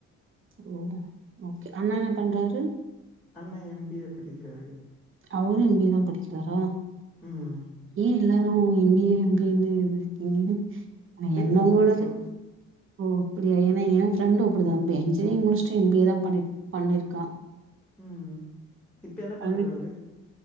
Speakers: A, on the right; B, in the centre.
A: ஓ ஓகே அண்ணா என்ன பண்றாரு
B: அண்ண எம் பி ஏ படிக்கிறாரு
A: அவரு எம் பி ஏ தா படிக்கிறாரா
B: ம்
A: ஏ எல்லாரு M B A M B A ன்னு இது இருக்கீங்க ஆனா
B: பி
A: என்னவோலது
B: காம் முடிச்சோம்
A: ஓ அப்டியா ஏனா ஏ ஃப்ரெண்ட்டு அப்பிடி தா டிப்ப என்ஜினீயரிங் முடிச்சிட்டு எம் பி ஏ தா பண்ணிட் பண்ணிருக்கா
B: ம் இப்ப என்ன பண்ற
A: அது
B: அவரு